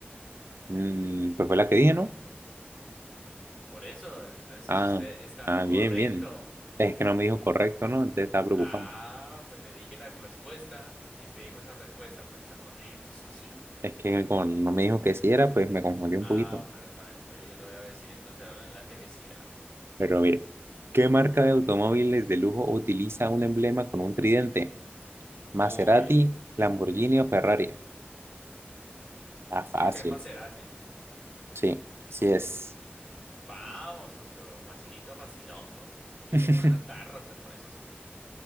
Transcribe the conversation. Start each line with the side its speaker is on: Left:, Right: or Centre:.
Right: Mm, pues fue la que dije, ¿no?
Left: Por eso, entonces
Right: Ah,
Left: usted está
Right: ah,
Left: Bien. correcto.
Right: bien, bien. Es que no me dijo correcto, ¿no? Entonces estaba preocupado.
Left: Ah, pues le dije la respuesta y usted dijo esa respuesta, pues está correcto, socio.
Right: Es que como no me dijo que sí era, pues me confundí
Left: Ah,
Right: un poquito.
Left: bueno, está bien, entonces yo lo voy a decir entonces ahora en adelante que sí era.
Right: Pero mire, ¿qué marca de automóviles de lujo utiliza un emblema con un tridente?
Left: Uy,
Right: Maserati, Lamborghini o Ferrari. Ah, fácil.
Left: creo que es Maserati.
Right: Sí, sí es.
Left: Vamos, socio. Facilito, facilongo. Yo
Right: <laughs>
Left: tengo unos carros, pues por eso supe.